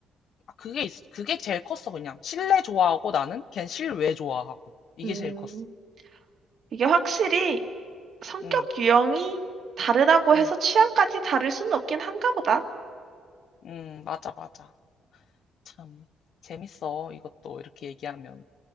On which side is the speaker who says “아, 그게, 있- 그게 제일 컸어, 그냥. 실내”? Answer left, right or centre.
Left